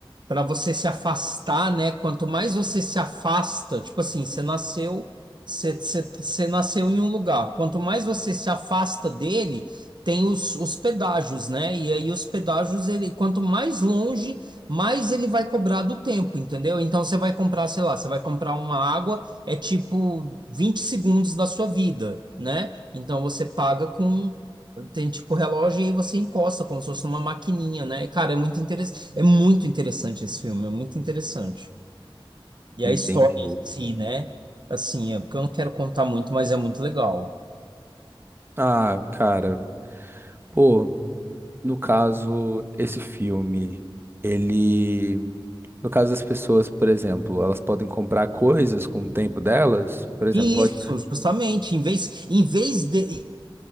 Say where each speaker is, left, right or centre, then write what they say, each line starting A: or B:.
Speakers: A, on the right (about 55°); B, on the right (about 25°).
A: para você se afastar, né? Quanto mais você se afasta, tipo assim, você nasceu, você, você, você nasceu em um lugar. Quanto mais você se afasta dele, tem os, os pedágios, né? E aí os pedágios, ele, quanto mais longe, mais ele vai cobrar do tempo, entendeu? Então você vai comprar, sei lá, você vai comprar uma água, é tipo 20 segundos da sua vida, né? Então você paga com Tem tipo relógio e aí você encosta como se fosse uma maquininha, né? Cara, é muito é muito interessante esse filme, é muito interessante. E
B: entendi.
A: a história em si, né? Assim, é porque eu não quero contar muito, mas é muito legal.
B: Ah, cara, pô, no caso, esse filme, ele, no caso das pessoas, por exemplo, elas podem comprar coisas com o tempo delas, por exemplo,
A: E
B: pode
A: isso, justamente, em vez, em vez de,